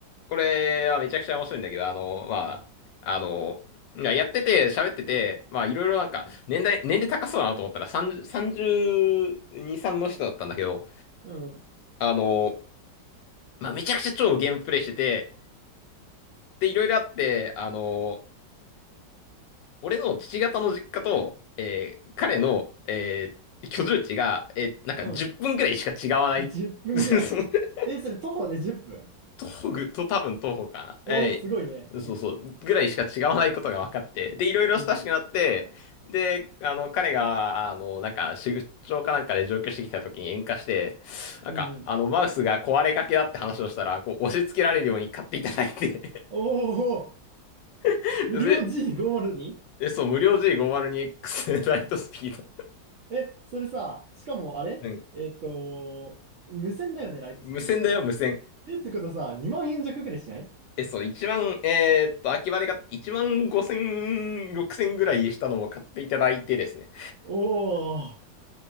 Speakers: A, on the left; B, on the right.
A: これはめちゃくちゃ面白いんだけど、あの、まあ、あの、いややってて、喋ってて、まあ、いろいろなんか、年代、年齢高そうだなと思ったら、30、32、3の人だったんだけど、
B: うん、
A: あの、まあ、めちゃくちゃ超ゲームプレイしてて、で、いろいろあって、あの、俺の父方の実家と、えー彼の、えー居住地が、えーなんか10分ぐらいしか違わない。
B: うん。10分ぐらい。
A: <laughs>
B: え、それ徒歩で10分。
A: 東具と多分東方かな。
B: おーすごいね。
A: えいそうそう。
B: うん、
A: ぐらいしか違わないことが分かって。で、いろいろ親しくなって、
B: うん、
A: で、あの、彼が、あの、なんか、出張かなんかで上京してきた時に喧嘩して、なんか、
B: うん、うん。
A: あの、マウスが壊れかけだって話をしたら、こう、押し付けられるように買っていただいて
B: おお、
A: <laughs>
B: 無料
A: で、
B: G502?
A: え、そう、無料 G502X ライトスピード。
B: え、それさ、しかもあれえっと、
A: うん。
B: 無線だよね、ライトスピードって。
A: 無線だよ、無線。
B: え、ってことさ、2万円弱ぐらいしない
A: え、そう、一万、えーっと、秋葉で買っ万5千、6千ぐらいしたのも買っていただいてですね。
B: おー、